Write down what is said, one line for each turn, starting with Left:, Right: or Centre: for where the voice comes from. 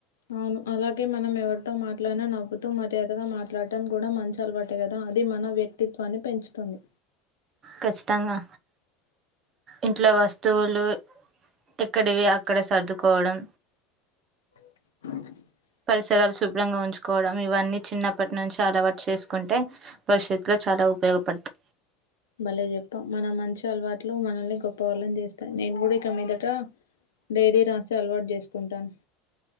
Left: అవును అలాగే మనం ఎవరితో మాట్లాడినా నవ్వుతూ మర్యాదగా మాట్లాడటం కూడా మంచి అలవాటే కదా అది మన వ్యక్తిత్వాన్ని పెంచుతుంది
Right: ఖచ్చితంగా ఇంట్లో వస్తువులు ఇక్కడివి అక్కడ సర్దుకోవడం
Left: <inaudible>
Right: పరిసరాలు శుభ్రంగా ఉంచుకోవడం ఇవన్నీ చిన్నప్పటి నుంచి అలవాటు చేసుకుంటే భవిష్యత్తులో చాలా ఉపయోగపడుతు
Left: భలే చెప్పావ్ మన మంచి అలవాట్లు మనల్ని గొప్ప వాళ్ళని చేస్తాయి నేను కూడా ఇక మీదట డైరీ రాసే అలవాటు చేసుకుంటాను